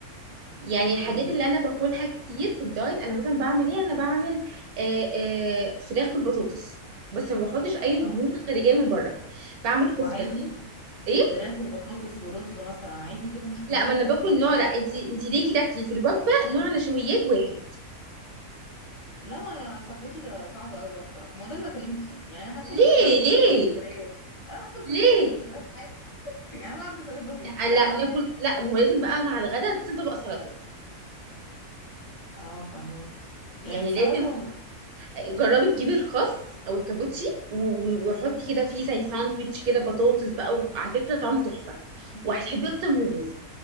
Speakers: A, on the right (about 75°); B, on the left (about 85°).
A: يعني
B: امم
A: الحاجات اللي انا باكلها كتير في الدايت انا مثلا بعمل ايه انا بعمل آه، آه، فراخ بالبطاطس بس ما بحطش اي دهون
B: اه
A: خارجيه من بره بعمل كفته
B: وعادي
A: ايه
B: فراخ وبطاطس ورز مثلا عادي كده مش كمية
A: لا ما
B: ن-
A: انا باكل
B: مش كمية
A: نوع لا انت
B: كده
A: انت ليه كده تاكلي في الوجبه نوع نشويات واحد
B: لا ما يا صاحبتي ده صعب قوي بقى بصراحة ما هو ده اللي بكلمك فيه يعني أنا هاكل
A: ليه
B: أنا صينية
A: ليه
B: بطاطس بالفراخ أنا هاكل
A: ليه
B: صينية بطاطس بالفراخ حاف <laughs> يعني أنا هعمل صينية بطاطس
A: لا,
B: بالفراخ وأكلها
A: لا ناكل
B: حاف
A: لا ما هو لازم بقى مع الغداء لازم طبق سلطه
B: اه فهميكي يعني
A: يعني
B: سلطة
A: لازم طبق جربي تجيبي الخس او الكابوتشي و- و- وحطي كده فيه زي ساندويتش كده بطاطس بقى وعلى فكره طعمه تحفه وهتحبيه اكتر من
B: و...
A: الرز